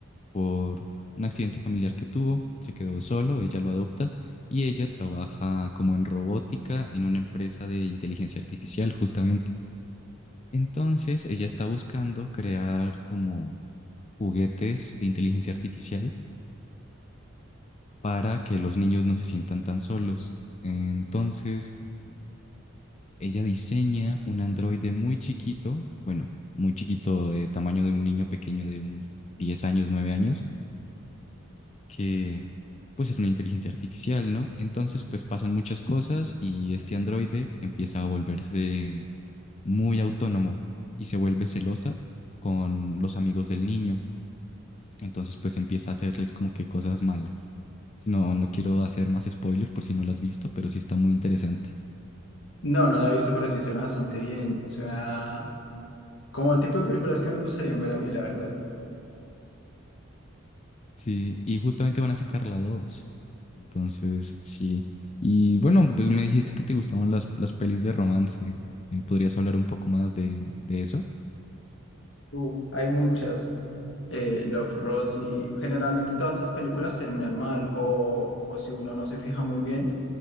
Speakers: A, on the left; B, on the left.
A: por un accidente familiar que tuvo, se quedó solo, ella lo adopta y ella trabaja como en robótica en una empresa de inteligencia artificial, justamente. Entonces, ella está buscando crear como juguetes de inteligencia artificial para que los niños no se sientan tan solos. Entonces, eh, ella diseña un androide muy chiquito, bueno, muy chiquito de tamaño de un niño pequeño de unos 10 años, 9 años, que pues es una inteligencia artificial, ¿no? Entonces, pues pasan muchas cosas y este androide empieza a volverse muy autónomo y se vuelve celosa con los amigos del niño. Entonces, pues empieza a hacerles como que cosas malas. Si no, no quiero hacer más spoiler por si no la has visto, pero sí está muy interesante.
B: No, no la he visto, pero sí suena bastante bien. Suena como el tipo de películas que me gustarían ver a mí, la verdad.
A: Sí, y justamente van a sacar la dos Entonces, sí. Y bueno, pues me dijiste que te gustaban las, las pelis de romance. Eh, ¿Podrías hablar un poco más de, de eso?
B: Uf, hay muchas. Eh, Love, Rosie. Generalmente todas esas películas terminan mal o, o si uno no se fija muy bien,